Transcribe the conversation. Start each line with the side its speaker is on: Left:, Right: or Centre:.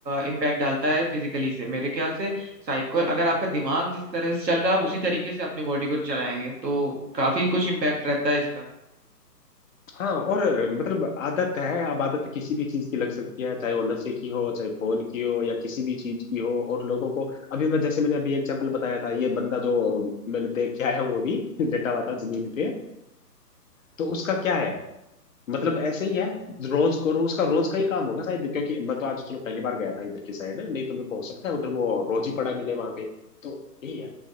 Right: इम्पैक्ट डालता है फिजिकली से मेरे ख्याल से साइको अगर आपका दिमाग जिस तरह से चल रहा है आप उसी तरीके से अपनी बॉडी को चलाएंगे तो काफी कुछ इम्पैक्ट रहता है इसका
Left: हाँ और मतलब आदत है अब आदत किसी भी चीज की लग सकती है चाहे वो नशे की हो चाहे फोन की हो या किसी भी चीज की हो और लोगों को अभी मैं जैसे मैंने अभी एग्जांपल बताया था ये बंदा जो मैंने देख के आया हूँ वो भी <laughs> लेटा हुआ था जमीन पे तो उसका क्या है मतलब ऐसे ही है रोज करो उसका रोज का ही काम होगा शायद क्योंकि मैं तो आज चलो पहली बार गया था इधर की साइड नहीं तो मेरे को हो सकता है उधर वो रोज ही पड़ा मिले वहां पे तो यही है